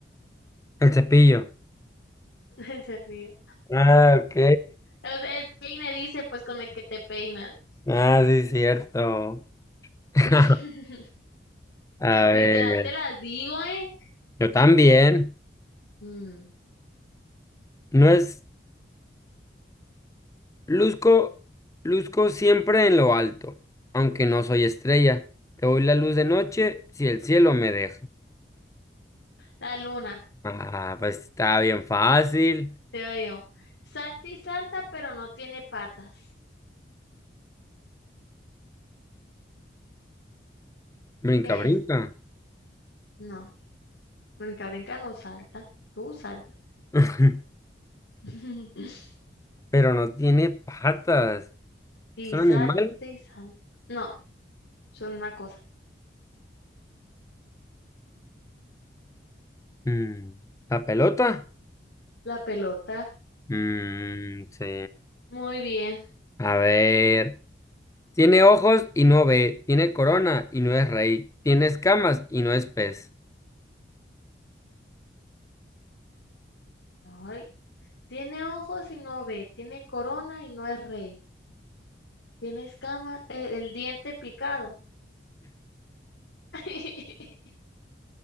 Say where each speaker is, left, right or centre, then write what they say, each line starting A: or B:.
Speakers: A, on the left; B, on the left.
A: el cepillo.
B: <laughs> Se ríe.
A: Ah, ok.
B: O sea, El peine dice, pues con el que te peinas.
A: Ah, sí, cierto. <laughs>
B: <laughs>
A: A
B: Literal,
A: ver,
B: te las digo, ¿eh?
A: yo también.
B: Mm,
A: No es, luzco, luzco siempre en lo alto, aunque no soy estrella. Te voy la luz de noche si el cielo me deja.
B: La luna,
A: Ah, pues está bien fácil.
B: te digo yo. Salta y salta, pero no tiene patas.
A: Brinca,
B: ¿Qué
A: brinca.
B: es? No, brinca, brinca, no salta. Tú salta.
A: <laughs>
B: <laughs>
A: Pero no tiene patas.
B: Y
A: ¿Es un
B: salte
A: animal?
B: y salte. No, son una cosa.
A: Mm, ¿La pelota?
B: La pelota.
A: Mm, sí.
B: Muy bien.
A: A ver. Tiene ojos y no ve. Tiene corona y no es rey. Tiene escamas y no es pez.
B: Ay, tiene ojos y no ve. Tiene corona y no es rey. Tiene escama, eh, el diente picado. <laughs>